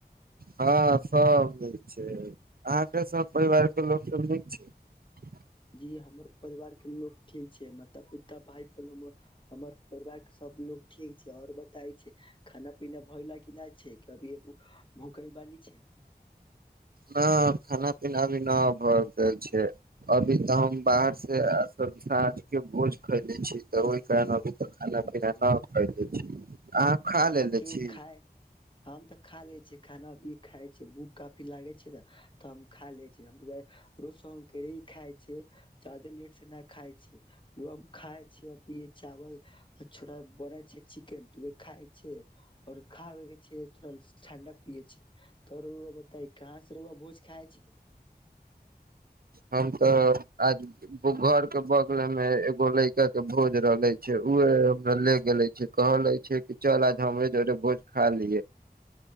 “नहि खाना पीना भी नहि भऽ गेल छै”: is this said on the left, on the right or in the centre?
Right